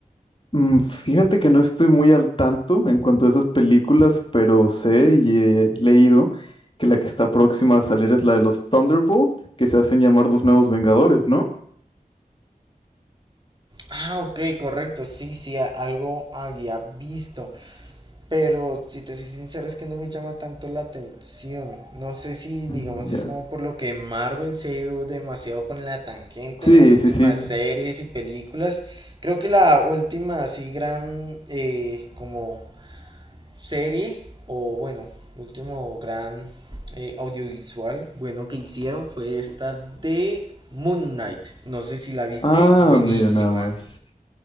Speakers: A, on the left; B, on the right.
A: Mm, fíjate que no estoy muy al tanto en cuanto a esas películas, pero sé y he leído que la que está próxima a salir es la de los Thunderbolts, que se hacen llamar los nuevos Vengadores, ¿no?
B: Ah, ok, correcto, sí, sí, a- algo había visto. Pero si te soy sincero es que no me llama tanto la atención. No sé si, digamos,
A: Mm, ya.
B: es como por lo que Marvel se ha ido demasiado con la tangente
A: Sí,
B: en las últimas
A: sí, sí.
B: series y películas. Creo que la última así gran eh, como serie o bueno, último gran eh, audiovisual bueno que hicieron fue esta de Moon Knight. No sé si la viste,
A: Ah,
B: buenísima.
A: mira nada más.